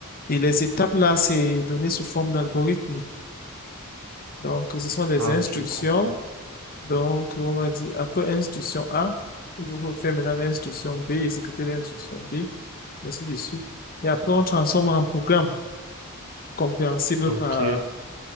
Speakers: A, on the left (about 40°); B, on the right (about 80°).
A: Et les étapes, là, c'est donné sous forme d'algorithme. Donc, ce sont des
B: Ah,
A: instructions
B: je comprends.
A: Donc, on va dire, après instruction A, il faut faire maintenant l'instruction B, exécuter l'instruction B, ainsi de suite. Et après, on transforme en programme compréhensible
B: Ok.
A: par